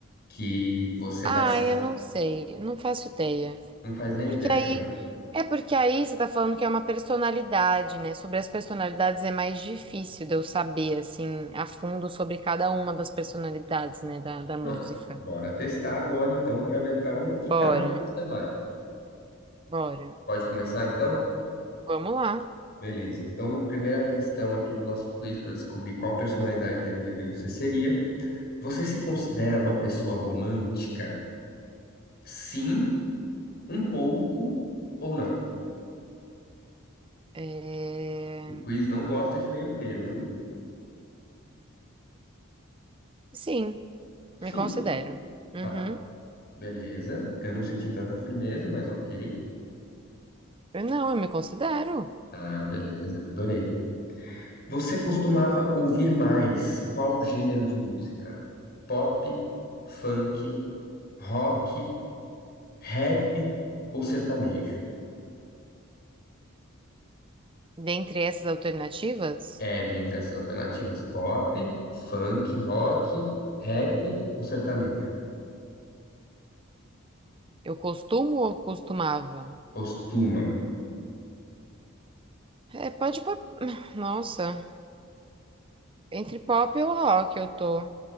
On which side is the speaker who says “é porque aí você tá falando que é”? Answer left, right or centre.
Right